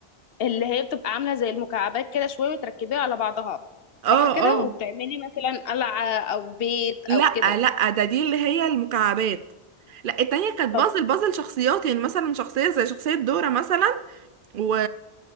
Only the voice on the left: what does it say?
اللي هي بتبقى عامله زي المكعبات كده شويه وتركبيها على بعضها صح
كده
وبتعملي مثلا قلعه او بيت او
كده
طب